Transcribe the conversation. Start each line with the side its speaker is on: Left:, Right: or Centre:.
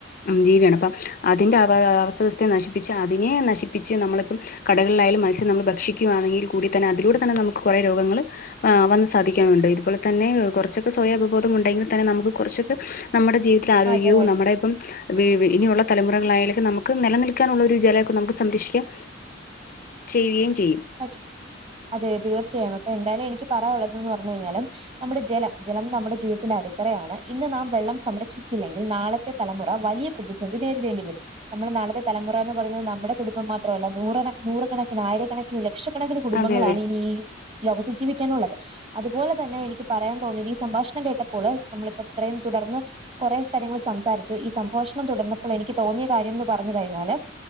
Left: ജീവിയാണ് അപ്പം അതിന്റെ ആവാ ആവസ്ഥ വ്യവസ്ഥയെ നശിപ്പിച്ച് അതിനെ നശിപ്പിച്ച് നമ്മളിപ്പം കടൽലായാലും മത്സ്യം നമ്മള് ഭക്ഷിക്കുകയാന്നെ ങ്കിൽ കൂടി തന്നെ അതിലൂടെ തന്നെ നമുക്ക് കൊറേ രോഗങ്ങള് ആ വന്ന് സാധിക്കുന്നുണ്ട് ഇതുപലെ തന്നെ കൊറച്ചൊക്കെ സ്വയ അവബോധം ഉണ്ടെങ്കിൽ തന്നെ നമുക്ക് കുറച്ചൊക്കെ നമ്മുടെ ജീവി തത്തില് ആരോഗ്യവും
Right: മാറ്റങ്ങൾ
Left: നമ്മുടെ ഇപ്പംവി ഇനിയുള്ള തലമുറകളായാലേക്കും നമ ക്ക് നിലനിൽക്കാനുള്ള ഒരു ജലൊക്കെ നമുക്ക് സംരക്ഷിക്കാം ചെയ്യുകയും ചെയ്യും.
Right: അതെ, അതേയതേ തീർച്ചയായും അപ്പൊ എന്തായാലും എനിക്ക് പറയാനുള്ളത് പറഞ്ഞ് കഴിഞ്ഞാല് നമ്മുടെ ജലം. ജലം നമ്മുടെ ജീവിതത്തിന്റെ അടിത്തറയാണ്. ഇന്ന് നാം വെള്ളം സംരക്ഷിച്ചില്ലെങ്കിൽ നാളെ തലമുറ വലിയ പ്രതിസന്ധി നേരിടേണ്ടി വരും. നമ്മള് നാളത്തെ തലമുറ എന്ന് പറയുന്നത് നമ്മുടെ കുടുംബം മാത്രമല്ല. നൂറ്കണ നൂറുകണക്കിന് ആയിരക്കണ ക്കിന് ലക്ഷക്കണക്കിന് കുടുംബങ്ങളാണ്
Left: അതെ അതെ
Right: ഇനിയീ ലോകത്ത് ജീവിക്കാനുള്ളത്. അതുപോലെ തന്നെ എനിക്ക് പറയാൻ തോന്നിയത് ഈ സംഭാഷണം കേട്ട പ്പോള് നമ്മളിപ്പൊ ഇത്രേം തുടർന്ന് കൊറെ കാര്യങ്ങൾ സംസാരിച്ചു. ഈ സംഭഷണം തുടർന്നപ്പോൾ എനിക്ക് തോന്നിയ കാര്യംന്ന് പറഞ്ഞു കഴിഞ്ഞാല്.